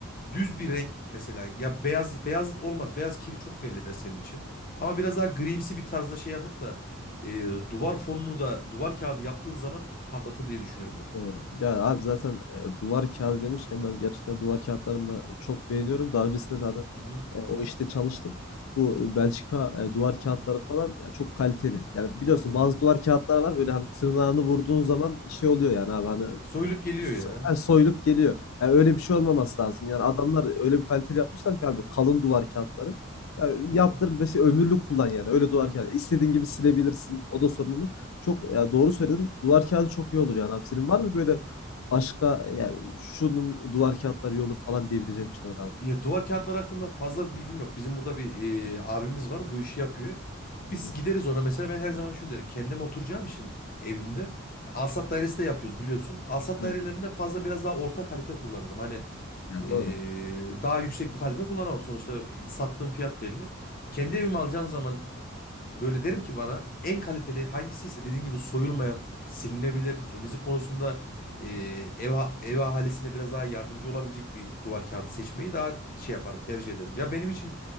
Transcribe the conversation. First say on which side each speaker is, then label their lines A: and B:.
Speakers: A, on the left (about 45°); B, on the left (about 75°).
A: düz bir renk mesela. Ya beyaz beyaz olmaz. Beyaz kiri çok belli eder senin için. Ama biraz daha grimsi bir tarzda şey yapıp da ee, duvar fonunu da duvar kağıdı yaptığın zaman patlatır diye düşünüyorum ben.
B: Doğru. Ya abi zaten e, duvar kağıdı demişken ben gerçekten duvar kağıtlarını da çok beğeniyorum. Daha öncesinde de hani,
A: Hı hı.
B: e, o işte çalıştım. Bu e, Belçika e, duvar kağıtları falan ya, çok kaliteli. Yani biliyorsun
A: Hı hı.
B: bazı duvar kağıtları var böyle hani tırnağını vurduğun zaman şey oluyor yani abi hani
A: Soyulup geliyor
B: S
A: ya.
B: eee, soyulup geliyor. Yani öyle bir şey olmaması lazım. Yani adamlar öyle bir kaliteli yapmışlar ki abi kalın duvar kağıtları Ya, yaptır
A: Hı hı.
B: mesela ömürlük kullan yani. Öyle duvar kağıdı İstediğin gibi silebilirsin. O da sorun mu? Çok ya doğru söyledin. Duvar kağıdı çok iyi olur yani abi. Senin var mı böyle başka yani şunun duvar kağıtları iyi olur falan diyebileceğim bir şeyler abi?
A: Ya, duvar kağıtları hakkında fazla bir bilgim yok. Bizim burada bir e, abimiz var. Bu işi yapıyor.
B: Hı
A: Biz
B: hı.
A: gideriz ona mesela. Ben her zaman şunu derim. Kendim oturacağım için evimde. Alsat dairesi de yapıyoruz biliyorsun. Alsat
B: Evet.
A: dairelerinde fazla biraz daha orta kalite kullanırım. Hani
B: Ya
A: e,
B: doğru.
A: daha yüksek bir kalite kullanamam. Sonuçta sattığım fiyat belli. Kendi evimi alacağım zaman Böyle derim ki bana en kaliteli hangisiyse dediğin gibi soyulmayan, silinebilir, temizlik konusunda e, ev, ha- ev ahalisine biraz daha yardımcı olabilecek bir duvar kağıdı seçmeyi daha şey yaparım, tercih ederim. Ya benim için